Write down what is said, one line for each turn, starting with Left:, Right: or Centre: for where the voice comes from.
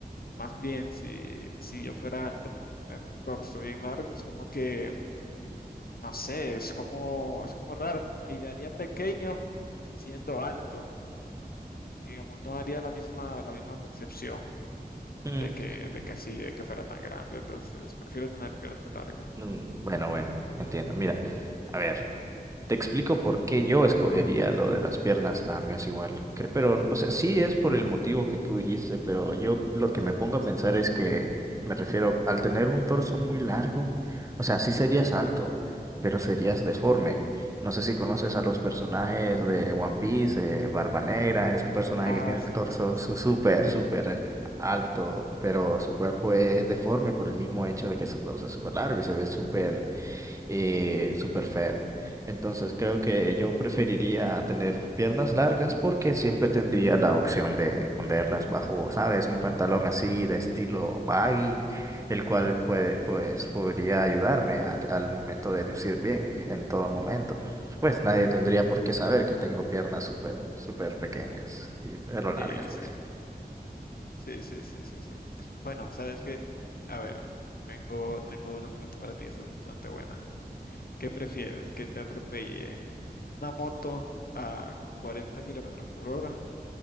Left: más bien si, si yo fuera alto por tener un torso bien largo, es como que, no sé, es como, es como raro, me miraría pequeño siendo alto. Digamos, no haría la misma, la misma percepción
Right: Mm,
Left: de que, de que así, de que fuera tan grande. Entonces, prefiero tener piernas largas.
Right: mm, bueno, bueno, entiendo. Mira, a ver. Te explico por qué yo escogería lo de las piernas largas igual, cre- pero, o sea, sí es por el motivo que tú dijiste, pero yo lo que me pongo a pensar es que me refiero al tener un torso muy largo, o sea, sí serías alto, pero serías deforme. No sé si conoces a los personajes de One Piece, eh, Barba Negra, es un personaje
Left: Ah,
Right: que tiene
Left: sí,
Right: el torso
Left: sí, sí.
Right: su- súper, súper alto, pero su cuerpo es deforme por el mismo hecho de que su torso es súper largo y se ve súper eh, súper feo. Entonces creo que yo preferiría tener piernas largas porque siempre tendría la opción de esconderlas bajo, ¿sabes? Un pantalón así de estilo baggy, el cual puede, pues, podría ayudarme al, al momento de lucir bien en todo momento. Pues nadie tendría por qué saber que tengo piernas súper, súper pequeñas, y, pero
Left: Sí,
Right: largas,
Left: sí.
Right: pues.
Left: Sí, sí, sí, sí, sí. Bueno, sabes que, a ver, tengo, tengo una pregunta para ti, esta es bastante buena. ¿Qué prefieres? ¿Que te atropelle una moto a 40 kilómetros por hora